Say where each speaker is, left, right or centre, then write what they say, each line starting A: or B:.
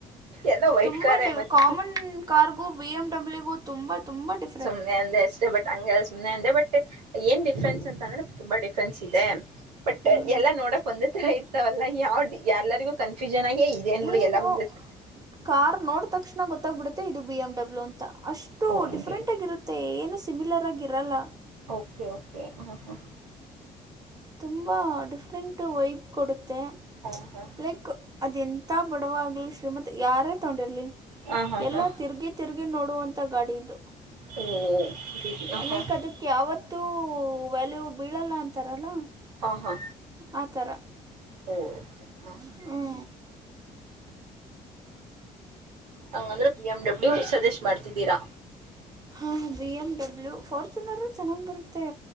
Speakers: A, on the right; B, on the right.
A: ಎಲ್ಲ ವೈಟ್
B: ತುಂಬ
A: ಕಾರೇ ಮತ್ತ
B: common. Cargo B M W ತುಂಬಾ ತುಂಬಾ ಡಿಫ
A: ಸುಮ್ಮನೆ ಅಂದೇ ಅಸ ಬಟ್ ಹಂಗ ಸುಮ್ಮನೆ ಇ ಬಟ್ ಏನ್ ಡಿಫ್ರೆನ್ಸ್ ಅಂತ ಅಂದ್ರೆ ತುಂಬಾ ಡಿಫ್ರೆನ್ಸ್ ಇದೆ. ಬಟ್
B: ಹ್ಞೂ
A: ಎಲ್ಲಾ ನೋಡಕ್ ಒಂದ ತರ ಇರ್ತಾವಲ್ಲ ಯಾವ ಯಾರ್ಲ್ಲರಿಗೂ. ಕನ್ಫ್ಯೂಷನ್ ಆಗಿ ಇದೇನ್ ಬಿಡುಗ
B: ಏನು
A: ಎಲ್ಲ ಬಂದಿತಿ.
B: ಕಾರ್ ನೋಡ ತಕ್ಷಣ ಗೊತ್ತಾಗ್ಬಿಡುತ್ತೆ ಇದು ಬಿ ಎಮ್ ಡಬ್ಲ್ಯೂ ಅಂತ ಅಷ್ಟು
A: ಓ ಹಂಗೆ
B: ಡಿಫ್ರೆಂಟ್ ಆಗಿರುತ್ತ ತ್ತೆ ಏನು ಸಿಮಿಲರ್ ಆಗಿರಲ್ಲ.
A: ಓಕೆ ಓಕೆ ಹಾ ಹಾ.
B: ತುಂಬಾ ಡಿಫ್ರೆಂಟು ವೈಪ್ ಕೊಡುತ್ತೆ
A: ಹಾ ಹಾ
B: ಲೈಕ್ ಅದೆ ಎಂತ ಬಡವ ಆಗ್ಲಿ ಶ್ರೀಮಂತ ಯಾರೇ ತಗೊಂಡಿರ್ಲಿ
A: ಹಾ ಹಾ ಹಾ
B: ಎಲ್ಲ
A: ಹಾ
B: ತಿರುಗಿ. ತಿರುಗಿ ನೋಡುವಂತ ಗಾಡಿ ಇದು.
A: ಓ ರೀ ಆ ಹಾ.
B: ಲೈಕ್ ಅದಕ್ಕೆ ಯಾವತ್ತೂ ವ್ಯಾಲ್ಯೂ ಬೀಳಲ್ಲ ಅಂತಾರಲ್ಲ.
A: ಆ ಹಾ.
B: ಆ ಥರ.
A: ಓ ಓಕೆ. ಹಾ
B: ಹ್ಮ್.
A: ಹಂಗಂದ್ರೆ ಬಿ ಎಮ್ ಡಬ್ಲ್ಯೂ ಸಜೆಸ್ಟ್ ಮಾಡ್ತಿದ್ದೀರಾ.
B: ಹಾಂ ಬಿ ಎಮ್ ಡಬ್ಲ್ಯೂ ಫಾರ್ಚುನರು ಚೆನ್ನಾಗಿ ಬರುತ್ತೆ.